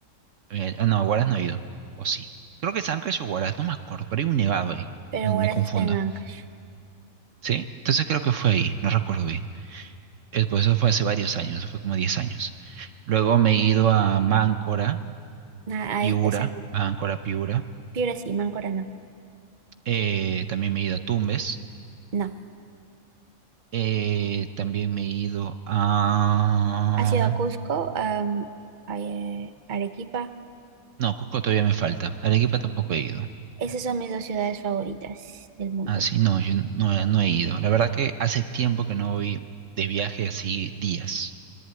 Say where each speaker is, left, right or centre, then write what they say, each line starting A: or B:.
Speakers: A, on the right; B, on the right.
A: eh, ah, no, a Huaraz no he ido. O sí. Creo que es Ancash o Huaraz, no me acuerdo, pero hay un nevado ahí.
B: pero
A: Me, me
B: Huaraz
A: confundo.
B: está en Ancash.
A: ¿Sí? Entonces creo que fue ahí, no recuerdo bien. Es- pues eso fue hace varios años, eso fue como 10 años. Luego me he ido a Máncora,
B: Ah, ah,
A: Piura,
B: esa no,
A: Máncora, Piura.
B: Piura sí, Máncora no.
A: Eh, también me he ido a Tumbes.
B: No.
A: Eh, también me he ido a...
B: ¿Has ido a Cusco, am, a eh, Arequipa?
A: No, Cusco todavía me falta. Arequipa tampoco he ido.
B: Esas son mis dos ciudades favoritas del mundo.
A: Ah, sí, no, yo no, no he ido. La verdad que hace tiempo que no voy de viaje así días.